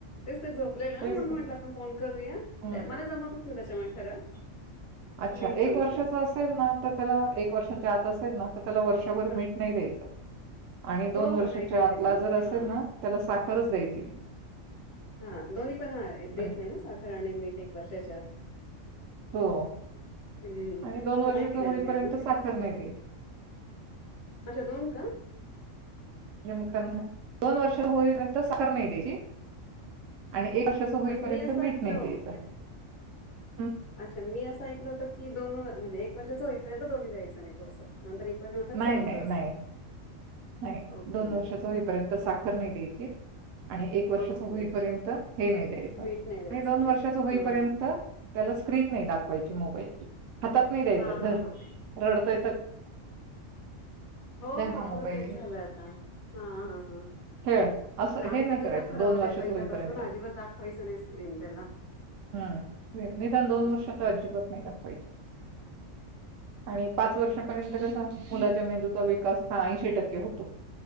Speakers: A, on the left; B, on the right.
A: तेच ते झोपलेलं
B: तेच
A: म्हणून
B: तर.
A: म्हटलं आपण फोन करूया
B: हं.
A: मला जमतच नाही त्याच्यामुळे खरं
B: अच्छा
A: नेमकं
B: एक वर्षाच
A: उठलं ते
B: असेल ना तर त्याला एक वर्षाच्या आत असेल ना त्याला वर्ष मीठ
A: ह
B: नाही द्यायच आणि
A: हो
B: दोन वर्षाच्या
A: हो नाही देते
B: आतला
A: मी
B: जर असेल
A: हा
B: ना त्याला साखरच द्यायची नाही
A: हा दोन्ही पण हा देत
B: म्हणजे
A: नाही ना साखर आणि मीठ एक वर्षाच्या आत
B: हो
A: हम्मम्म्
B: आणि
A: हा
B: वर्षाचं
A: नाही दिलेलं
B: होईपर्यंत
A: मी अजून
B: साखर नाही द्यायची.
A: अच्छा दोन का
B: म्हणजे मग त्यांना दोन वर्ष होईपर्यंत साखर नाही द्याची आणि एक वर्षाच होईपर्यंत
A: अच्छा मी असं
B: मीठ
A: ऐकलं
B: नाही द्यायचं हं,
A: अच्छा मी असं ऐकलं होतं की दोन म्हणजे एक वर्षाच होईपर्यंत दोन्ही द्यायचं नाही असं तर
B: नाही,
A: चालत
B: नाही,
A: असं
B: नाही, नाही
A: ओके,
B: दोन वर्षाच होईपर्यंत साखर नाही द्यायची आणि एक वर्षाच
A: ओके.
B: होईपर्यंत
A: अच्छा.
B: हे नाही आणि
A: मीठ नाही द्यायचं
B: दोन वर्षाच
A: असं.
B: होईपर्यंत
A: हां, हां.
B: त्याला स्क्रीन नाही दाखवायची मोबाईलची हातात नाही द्यायचं
A: हां,
B: धर
A: हां, हां.
B: रडतय
A: हो
B: धर
A: हो
B: हा
A: खरंच
B: मोबाईल
A: तेच
B: घे
A: झालं आता हा हा हा
B: खेळ असं
A: नाही आम्ही
B: हे
A: पणच
B: करायचं
A: ठरवलय
B: दोन वर्षाच
A: पहिल्यापासून
B: होईपर्यंत
A: अजिबात दाखवायचं नाही स्क्रीन त्याला
B: हम् निदान दोन
A: हं.
B: वर्ष तर अजिबात नाही दाखवायची आणि पाच वर्षापर्यंत मुलाच्या मेंदूचा विकास हा ऐशी टक्के होतो